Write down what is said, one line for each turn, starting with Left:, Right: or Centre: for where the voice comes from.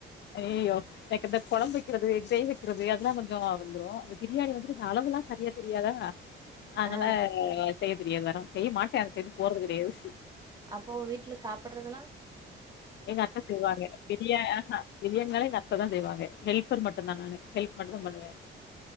Left: ஐயையோ எனக்கு இந்த குலம்பு வைக்கிறது டை வக்குறது மியாதி எல்லாம் கொஞ்சம் வந்துடும் அந்த பிரியாணி வந்துட்டு இந்த அளவுல்லாம் சரியா தெரியாதா அதனால
Right: ஆ
Left: ஹா செய் தெரியாவரம் செய்யமாட்டேன் அந்த சைட்டு போறது கிடையாது
Right: அப்போ வீட்டுல சாப்படுறதுல்லாம்
Left: எங்க அத்த செய்வாங்க பிரியா பிரியாணினாலே எங்க அத்தான் செய்வாங்க ஹெல் ஹெல்பர் மட்டும்தான் நானு ஹெல்ப் மட்டும் பண்ணுவேன்